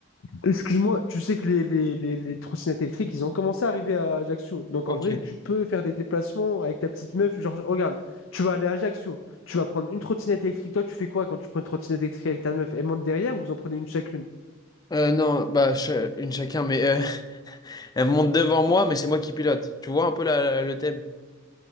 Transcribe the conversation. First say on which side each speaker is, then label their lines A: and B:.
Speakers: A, on the left; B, on the left.
A: Excuse-moi, tu sais que les, les, les, les trottinettes électriques, ils ont commencé à arriver à Ajaccio. Donc
B: Ok.
A: en vrai, tu peux faire des déplacements avec ta petite meuf. Genre, regarde, tu vas aller à Ajaccio, tu vas prendre une trottinette électrique. Toi, tu fais quoi quand tu prends une trottinette électrique avec ta meuf? Elle monte derrière ou vous en prenez une chacune?
B: Euh, non, bah, ch- une chacun, mais euh, <laughs> elle monte devant moi, mais c'est moi qui pilote. Tu vois un peu la- la- le thème?